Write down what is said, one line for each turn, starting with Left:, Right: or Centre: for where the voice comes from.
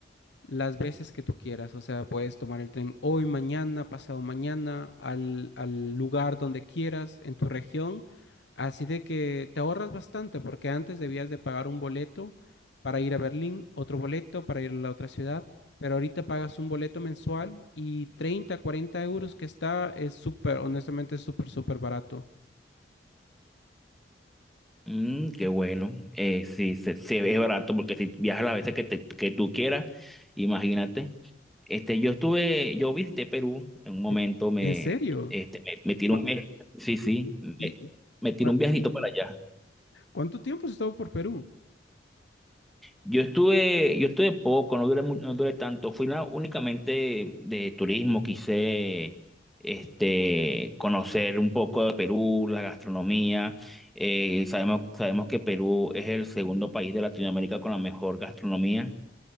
Left: las veces que tú quieras, o sea, puedes tomar el tren hoy, mañana, pasado mañana, al, al lugar donde quieras, en tu región, así de que te ahorras bastante, porque antes debías de pagar un boleto para ir a Berlín, otro boleto para ir a la otra ciudad, pero ahorita pagas un boleto mensual y 30, 40 euros que está, es súper, honestamente, es súper, súper barato.
Centre: Mm, qué bueno. Eh, sí, se, se ve barato porque si viajas las veces que, te- que tú quieras, imagínate. Este, yo estuve, yo visité Perú en un momento,
Left: E-
Centre: me,
Left: ¿En serio?
Centre: este, me, me tiré
Left: ¿Cu-
Centre: un mes, sí, sí, me,
Left: y, y-
Centre: me tiré
Left: cua-
Centre: un viajito para allá.
Left: cuánto tiempo has estado por Perú?
Centre: Yo estuve, yo estuve poco, no duré, mu- no duré tanto. Fui na- únicamente de turismo, quise este, conocer un poco de Perú, la gastronomía. Eh, sabemos, sabemos que Perú es el segundo país de Latinoamérica con la mejor gastronomía